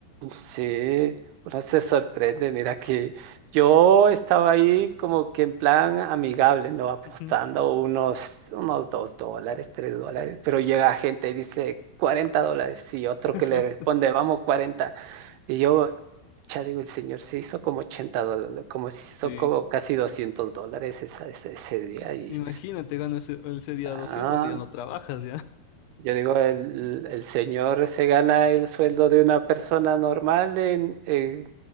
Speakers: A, on the right; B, on the left.
A: Sí, uno se sorprende, mira que yo estaba ahí como que en plan amigable, ¿no? Apostando
B: <laughs>
A: unos, unos dos dólares, tres dólares, pero llega gente y dice 40 dólares y otro
B: ujú,
A: que le responde, vamos cuarenta Y yo, ya digo, el señor se hizo como 80 dólares, como se
B: sí,
A: hizo como casi 200 dólares esa- ese, ese día y,
B: imagínate, ganas ese, ese día
A: ah,
B: 200 y ya no trabajas,
A: yo digo, el, el señor se gana el sueldo de una persona normal en, en,